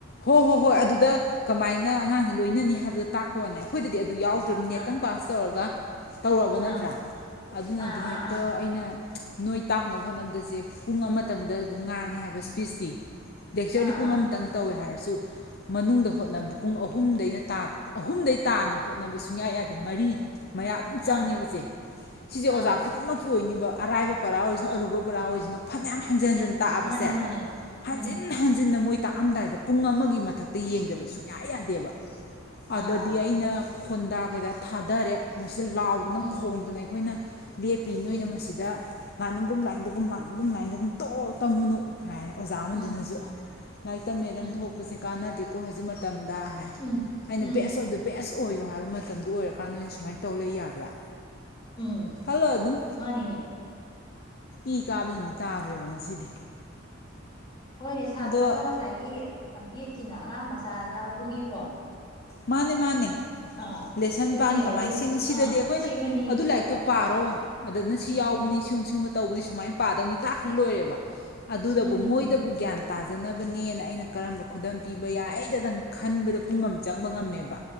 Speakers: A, on the left; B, on the left.
A: ꯍꯣꯏ ꯍꯣꯏ ꯍꯣꯏ ꯑꯗꯨꯗ ꯀꯃꯥꯏꯅ ꯑꯉꯥꯡꯁꯦ ꯂꯣꯏꯅꯅꯤ ꯍꯥꯏꯕꯗꯣ ꯇꯥꯛꯄꯋꯥꯅ‌ꯦ ꯑꯩꯈꯣꯏꯗꯗꯤ ꯑꯗꯨ ꯌꯥꯎꯗ꯭ꯔꯅꯤꯝ
B: ꯑꯥ
A: ꯅꯦꯠꯇꯪ ꯄꯥꯁ ꯇꯧꯔꯒ ꯇꯧꯔꯛꯑꯕ
B: ꯑꯥ
A: ꯅꯠꯇ꯭ꯔꯥ ꯑꯗꯨꯅꯗꯤ
B: ꯑꯥ ꯑꯥ
A: ꯍꯦꯛꯇ
B: ꯑꯥ
A: ꯑꯩꯅ ꯅꯣꯏ ꯇꯥꯛꯅꯕ ꯍꯣꯠꯅꯕꯁꯦ ꯄꯨꯡ ꯑꯃꯇꯪꯗ ꯉꯥꯡꯉꯦ ꯍꯥꯏꯕꯁ ꯐꯤꯁꯇꯤ ꯂꯦꯛꯆꯔꯗꯤ
B: ꯑꯥ
A: ꯄꯨꯡ
B: ꯑꯥ
A: ꯑꯃꯇꯪ ꯑꯣꯈ‌ꯣꯏ ꯍꯥꯏꯔꯁꯨ ꯃꯅꯨꯡꯗ ꯍꯣꯠꯅꯕꯗ ꯄꯨꯡ ꯑꯍꯨꯝ ꯑꯍꯨꯝꯗꯩꯅ ꯇꯥ ꯑꯍꯨꯝꯗꯩ ꯇꯥꯅ ꯍꯣꯠꯅꯕ ꯁꯨꯡꯌꯥ ꯌꯥꯗꯦ ꯃꯔꯤ ꯃꯌꯥ ꯑꯗꯨꯝ ꯆꯪꯉꯦꯕ
B: ꯑꯥ ꯑꯥ
A: ꯆ‌ꯦ ꯁꯤꯁꯦ
B: ꯑꯥ
A: ꯑꯣꯖꯥ ꯈꯨꯗꯤꯡꯃꯛꯀꯤ ꯑꯣꯏꯅꯤꯕ ꯑꯔꯥꯏꯕ ꯄꯔꯥ ꯑꯣꯏꯁꯅꯨ
B: ꯑꯥ
A: ꯑꯔꯨꯕ ꯄꯔꯥ ꯑꯣꯏꯁꯅꯨ ꯐꯅꯌꯥꯝ ꯍꯟꯖꯤꯟ
B: ꯑꯦ
A: ꯍꯟꯖꯤꯟ ꯇꯥꯛꯑꯕꯁꯦ
B: ꯃꯥꯅꯦ ꯃꯥꯅꯦ
A: ꯍꯟꯖꯤꯟ
B: ꯎꯝ
A: ꯍꯟꯖꯤꯟꯅ ꯃꯣꯏ ꯑꯝꯗꯥꯏꯗ ꯄꯨꯡ ꯑꯃꯒꯤ ꯃꯊꯛꯇ ꯌꯦꯡꯗꯕ ꯁꯨꯡꯌꯥ ꯌꯥꯗꯦꯕ ꯑꯗꯗꯤ
B: ꯑꯥ ꯑꯥ
A: ꯑꯩꯅ ꯈ‌ꯣꯟꯗꯥ ꯀꯩꯗ ꯊꯥꯗꯔꯦ ꯁꯤꯗ ꯂꯥꯎꯗꯅ
B: ꯎꯝ
A: ꯈꯣꯡꯗꯅ ꯑꯩꯈꯣꯏꯅ ꯂꯦꯞꯄꯤ ꯅꯣꯏꯅ
B: ꯎꯝ
A: ꯃꯁꯤꯗ ꯂꯥꯛꯅꯤꯡꯒꯨꯝ ꯂꯥꯏꯟꯗꯒꯨꯝ ꯂꯥꯛꯅꯤꯡꯒꯨꯝ ꯂꯥꯏꯟꯗꯒꯨꯝ ꯇꯣꯛꯑꯣ ꯇꯝꯃꯨꯅꯨ ꯍꯥꯏꯔ‌ꯦ ꯑꯣꯖꯥ ꯑꯃꯗꯨꯅꯁꯨ
B: ꯎꯝ
A: ꯂꯥꯏꯔꯤꯛ ꯇꯝꯃꯦꯗꯪ
B: ꯎꯝ
A: ꯊꯣꯛꯄꯁꯦ ꯀꯥꯟꯅꯗꯦꯀꯣ ꯍꯧꯖꯤꯛ ꯃꯇꯝꯗ ꯍꯥꯏ
B: ꯎꯝ
A: ꯑꯩꯅ
B: ꯎꯝ
A: ꯕꯦꯁ ꯑꯣꯐ ꯗ ꯕꯦꯁ ꯑꯣꯏꯌꯨ ꯍꯥꯏꯕ ꯃꯇꯝꯗ ꯑꯣꯏꯔꯀꯥꯟꯗ ꯁꯨꯃꯥꯏ ꯇꯧ ꯇꯧꯂꯩ ꯌꯥꯕ꯭ꯔꯥ
B: ꯎꯝ
A: ꯈꯜꯂꯣ ꯑꯗꯨꯝ
B: ꯃꯥꯅꯤꯅꯦ
A: ꯏ ꯀꯥꯕ ꯅꯨꯃꯤꯠ ꯇꯥꯈ꯭ꯔꯦꯕ ꯉꯁꯤꯗꯤ
B: ꯍꯣꯏꯅꯦ ꯁꯥꯇ꯭ꯔꯗꯣ
A: ꯑꯗꯣ
B: ꯉꯁꯥꯏꯒꯤ ꯑ ꯕꯦꯠꯀꯤꯅ ꯑꯉꯥꯡ ꯃꯆꯥ ꯌꯥꯎꯕꯒꯤꯀꯣ꯫
A: ꯃꯥꯅꯦ ꯃꯥꯅꯦ
B: ꯑꯥ
A: ꯂꯦꯁꯟ
B: ꯍꯣꯏꯅꯦꯕ
A: ꯄ꯭ꯂꯥꯟ ꯀꯃꯥꯏꯅ
B: ꯑꯗꯣ
A: ꯁꯤꯅꯤ ꯁꯤꯗꯗꯤ
B: ꯑꯥ
A: ꯑꯩꯈꯣꯏꯅ
B: ꯁꯦꯡꯉꯅꯤ
A: ꯑꯗꯨ
B: ꯍꯣꯏ
A: ꯂꯥꯏꯔꯤꯛꯇꯣ
B: ꯍꯣꯏ
A: ꯄꯥꯔꯣ ꯑꯗꯨꯅ ꯁꯤ ꯌꯥꯎꯕꯅꯤ
B: ꯎꯝ
A: ꯁꯤꯒꯨꯝꯕ ꯁꯤꯒꯨꯝꯕ ꯇꯧꯕꯅꯤ ꯁꯨꯃꯥꯏꯅ ꯄꯥꯗꯧꯅꯤ ꯇꯥꯛꯈ꯭ꯔ ꯂꯣꯏꯔꯦꯕ ꯑꯗꯨꯗꯕꯨ
B: ꯎꯝ ꯎꯝ
A: ꯃꯣꯏꯗꯕꯨ
B: ꯎꯝ
A: ꯒ꯭ꯌꯥꯟ ꯇ ꯇꯥꯖꯅꯕꯅꯦꯅ ꯑꯩꯅ ꯀꯔꯝꯕ ꯈꯨꯗꯝ ꯄꯤꯕ ꯌꯥꯏ ꯑꯩꯗꯗꯪ ꯈꯟꯕꯗ
B: ꯎꯝ
A: ꯄꯨꯨꯡ ꯑꯃ ꯈꯪꯕ ꯉꯝꯃꯦꯕ